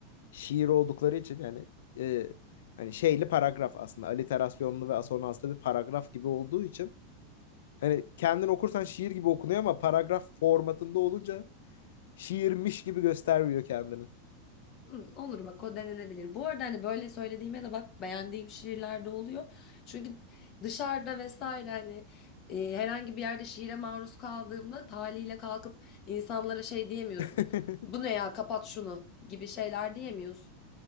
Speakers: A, on the left; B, on the left.
A: şiir oldukları için yani e, hani şeyli paragraf aslında aliterasyonlu ve asonanslı bir paragraf gibi olduğu için hani kendin okursan şiir gibi okunuyor ama paragraf formatında olunca şiirmiş gibi göstermiyor kendini.
B: Hmm, olur bak o denenebilir. Bu arada hani böyle söylediğime de bak beğendiğim şiirler de oluyor. Çünkü dışarıda vesaire hani e, herhangi bir yerde şiire maruz kaldığımda taliyle kalkıp insanlara şey diyemiyorsun.
A: <laughs>
B: Bu ne ya kapat şunu gibi şeyler diyemiyorsun.